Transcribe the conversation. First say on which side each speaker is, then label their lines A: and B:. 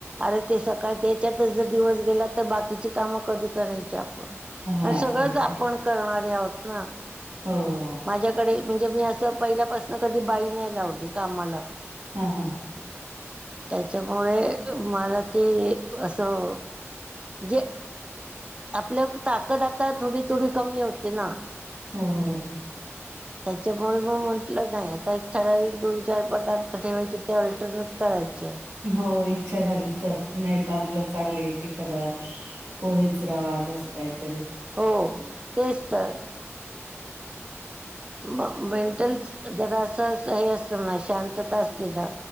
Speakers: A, on the right (about 20°); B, on the right (about 85°).
A: अरे ते सकाळ त्या याच्यातच जर दिवस गेला तर बाकीची कामं कधी करेन? च्या आपण
B: हा
A: आणि सगळंच
B: ते आहे
A: आपण करणारे आहोत ना
B: हो.
A: माझ्याकडे म्हणजे मी असं पहिल्यापासंन कधी बाई नाही लावली कामाला.
B: हा-हा.
A: त्याच्यामुळे मला ते असं म्हणजे आपलं ताकद आता थोडी-थोडी कमी होते ना.
B: हो, हो, हो.
A: त्याच्यामुळे मग म्हंटलं आता एक ठराविक दोन, चार पदार्थ ठेवायचे ते अल्टरनेट करायचे.
B: हो इच्छा झाली तर, नाही तर आपलं चालंलय एखादा पोहेच, रवाज असं काहीतरी
A: हो, तेच तर. म मेंटल जरा असं हे असतं, म्ह शांतता असते ना